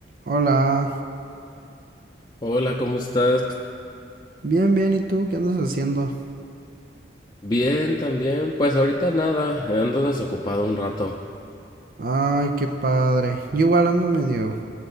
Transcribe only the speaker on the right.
Hola,
bien, bien, ¿y tú qué andas haciendo?
Ay, qué padre. Yo igual ando medio